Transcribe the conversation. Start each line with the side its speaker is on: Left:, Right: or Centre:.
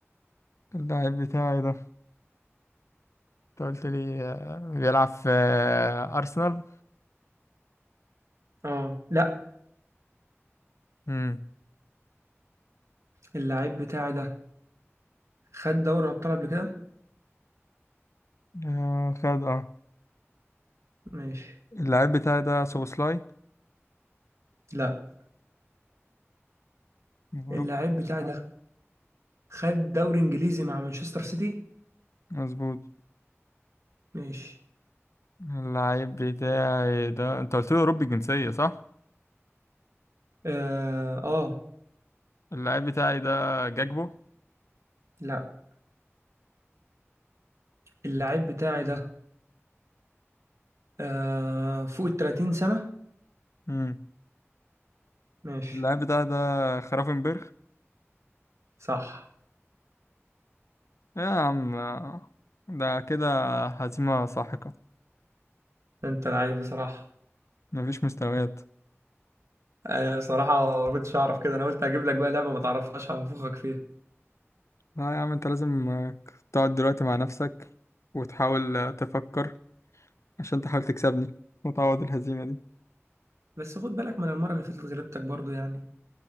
Left: اللعيب بتاعي ده انت قلت لي آه، بيلعب في آه، أرسنال
Right: اه لا
Left: مم.
Right: اللعيب بتاعي ده خد دوري أبطال قبل كده
Left: آه، خد اه
Right: ماشي
Left: اللعيب بتاعي ده سوبوسلاي
Right: لا
Left: أوروبي
Right: اللعيب بتاعي ده خد دوري إنجليزي مع مانشستر سيتي
Left: مظبوط
Right: ماشي
Left: اللعيب بتاعي ده انت قلت لي أوروبي الجنسية صح؟
Right: اه, آه.
Left: اللعيب بتاعي ده جاكبو
Right: لا اللعيب بتاعي ده آه فوق ال 30 سنة
Left: مم.
Right: ماشي
Left: اللعيب بتاعي ده خرافنبرغ
Right: صح
Left: يا عم ده كده هزيمة ساحقة
Right: ده انت لعيب بصراحة
Left: مفيش مستويات
Right: آه، صراحة ما كنتش أعرف كده أنا قلت هجيب لك بقى لعبة ما تعرفهاش هنفخك فيها
Left: لا يا عم انت لازم تقعد دلوقتي مع نفسك وتحاول تفكر عشان تحاول تكسبني وتعوض الهزيمة دي
Right: بس خد بالك ما أنا المرة اللي فاتت غلبتك برضو يعني